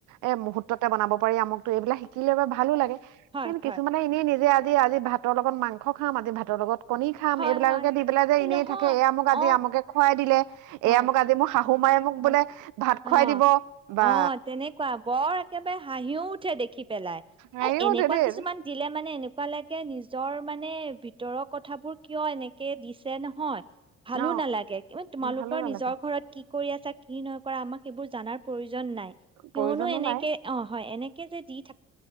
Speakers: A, on the right; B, on the right.
A: এই মুহুৰ্ততে বনাব পাৰি আমোকটো এইবিলাক শিক কিলে বা ভালো লাগে
B: হয়
A: কিন্ত
B: হয়
A: কিছুমানে এনেই নিজে আজ আজি ভাতৰ লগত মাংস খাম আজি ভাতৰ লগত কণনি খাম
B: হয়
A: এইবিলাককে
B: হয়
A: দি পেলাই যে
B: এই
A: এনেই
B: নহয়
A: থাকে এই মোক
B: অ
A: আজি আমুকে খুৱাই দিলে
B: হয়
A: এয়া মোক আজি মোৰ শাহু
B: আচ্ছা,
A: মায়ে মোক
B: হয়,
A: বোলে ভাত
B: অ
A: খুৱাই দিব বা
B: অ তেনেকুৱা বৰ একেবাৰে হাঁহিও উঠে পেলাই
A: হাঁহিও
B: আৰু এনেকুৱা
A: উঠে দেই
B: কিছুমান দিলে মানে এনেকুৱা লাগে নিজৰ। মানে ভিতৰৰ কথাবোৰ কিয় এনেকে দিছে নহয়। ভালো
A: অ
B: নালাগে কিবা। তোমালোকৰ
A: ভালো নালাগে
B: নিজৰ ঘৰত কি? কি কৰি আছা কি নাই কৰা আমাক সেইবোৰ জানাৰ। প্ৰয়োজন নাই কিয়নো
A: প্ৰয়োজনো
B: এনেকে
A: নাই
B: অ' হয় এনে। যে দি থাকো।